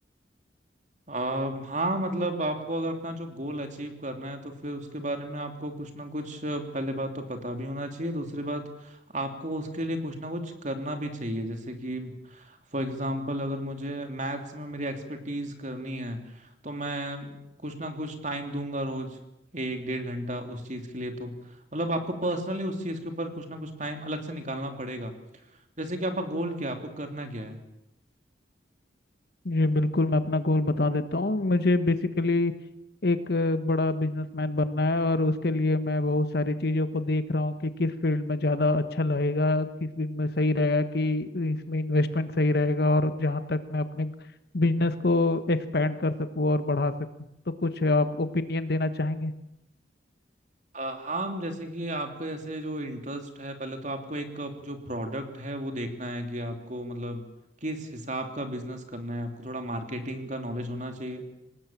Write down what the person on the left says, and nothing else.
जी बिल्कुल मैं अपना गोल बता देता हूँ मुझे बेसिकली एक अ, बड़ा बिजनेसमैन बनना है और उसके लिए मैं बहुत सारी चीज़ों को देख रहा हूँ कि किस फील्ड में ज़्यादा अच्छा लगेगा किस फील्ड में सही रहेगा कि इसमें इन्वेस्टमेंट सही रहेगा और जहाँ तक मैं अपने बिजनेस को एक्सपेंड कर सकूँ और बढ़ा सकूँ तो कुछ आप ओपिनियन देना चाहेंगे